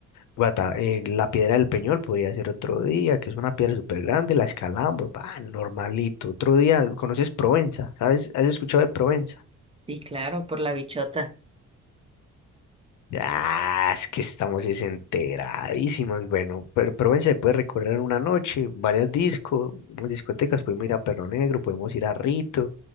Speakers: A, on the left (about 75°); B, on the right (about 20°).
A: Guata, eh, la piedra del Peñol podría ser otro día, que es una piedra súper grande, la escalamos, va, normalito. Otro día, ¿conoces Provenza? ¿Sabes? ¿Has escuchado de Provenza?
B: sí, claro, por la bichota.
A: Ah, es que estamos desenteradísimos. Bueno, pero, pero ven, se puede recorrer una noche, varias discos, discotecas, podemos ir a Perro Negro, podemos ir a Rito.